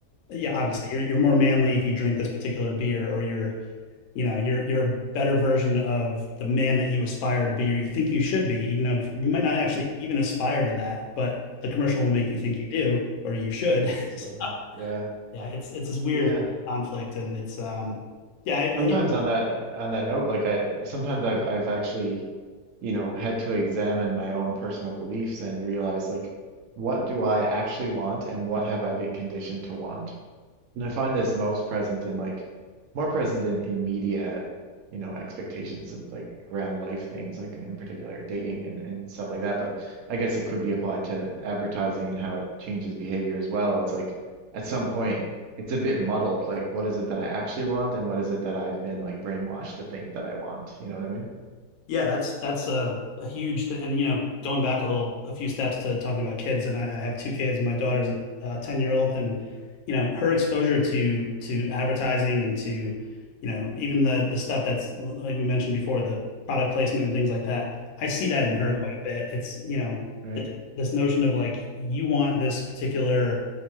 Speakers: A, on the left (about 65°); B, on the right (about 70°).
A: yeah, obviously
B: mm,
A: you're you're more manly if you drink this particular beer, or you're you know you're you're a better version of the man that you aspire to be, or you think you should be, even though you might not actually
B: yeah,
A: even aspire to that, but the commercial will make you think
B: mm,
A: you do or you should. <laughs>
B: that's that way. Yeah,
A: Yeah, it's it's this weird
B: yeah.
A: conflict, and it's um yeah I,
B: Sometimes
A: I-
B: on that on that note, like I sometimes I've I've actually, you know, had to examine my own personal beliefs and realize like what do I actually want and what have I been conditioned to want? And I find this most present in like more present in, in media, you know, expectations of like around life things, like in particular dating and, and stuff like that. But I guess it could be applied to advertising and how it changes behavior as well. It's like at some point it's a bit muddled, like what is it that I actually want and what is it that I've been like brainwashed to think that I want? You know what I mean?
A: Yeah, that's that's a, a huge thing. And you know, going back a little, a few steps to talking about kids, and I, I have two kids, and my daughter's
B: Mm.
A: a uh, 10 year old, and you know, her exposure to to advertising and to, you know, even the the stuff that's like we mentioned before, the product placement and things like that. I see that in her
B: hmm
A: quite a bit. It's, you know,
B: Right.
A: this, this notion of like you want this particular